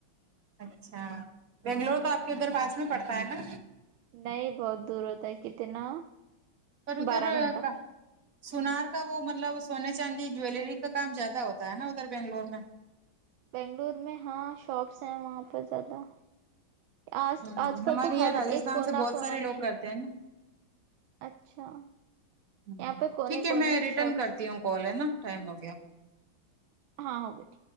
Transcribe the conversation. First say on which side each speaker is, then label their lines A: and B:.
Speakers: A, on the right; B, on the right.
A: اچھا بنگلور تو آپ کے ادھر پاس میں پڑتا ہے نا
B: نہیں بہت دور ہوتا ہے کتنا
A: پر ادھر
B: بارہ گھنٹہ
A: کا سونار کا وہ مطلب سونے چاندی جیلری کا کام زیادہ ہوتا ہے نا ادھر بنگلور میں
B: بنگلور میں ہاں شاپس ہیں وہاں پر زیادہ آج
A: ہوں
B: آج کل
A: ہمارے
B: تو
A: یہاں
B: ہر
A: راجستھان
B: ایک کونا
A: سے بہت
B: کونا
A: سارے لوگ
B: میں
A: کرتے ہیں نا
B: اچھا
A: ہوں
B: یہاں پہ کونے
A: ٹھیک ہے
B: کونے
A: میں ریٹرن
B: شاپس
A: کرتی
B: ہیں
A: ہوں کال ہے نا ٹائم ہو گیا
B: ہاں ہوگےٹھیک